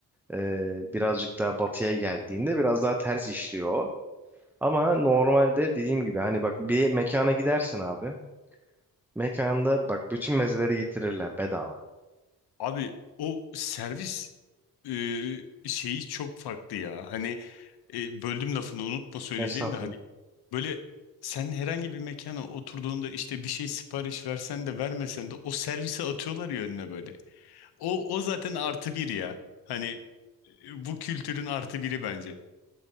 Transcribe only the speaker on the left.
Abi o servis e, şeyi çok farklı ya. Hani e, böldüm lafını unutma söyleyeceğin
de hani böyle sen herhangi bir mekana oturduğunda işte bir şey sipariş versen de vermesen de o servise atıyorlar ya önüne böyle. O, o zaten artı bir ya. Hani e, bu kültürün artı biri bence.